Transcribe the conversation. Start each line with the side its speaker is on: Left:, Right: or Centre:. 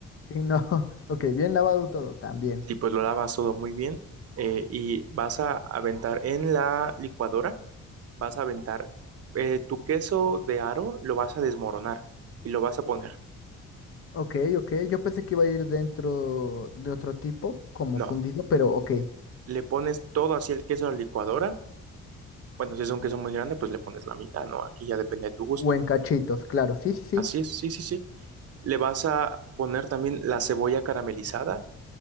Left: Sí, no. <laughs> Ok, bien lavado todo también.
Right: Sí, pues lo lavas todo muy bien eh, y vas a aventar en la licuadora, vas a aventar eh, tu queso de aro, lo vas a desmoronar y lo vas a poner.
Left: Ok, ok. Yo pensé que iba a ir dentro de otro tipo, como
Right: No,
Left: fundido, pero ok.
Right: le pones todo así el queso a la licuadora. Bueno, si es un queso muy grande, pues le pones la mitad, ¿no? Aquí ya depende de tu gusto
Left: O en cachitos, claro. Sí, sí, sí.
Right: Así es, sí, sí, sí. Le vas a poner también la cebolla caramelizada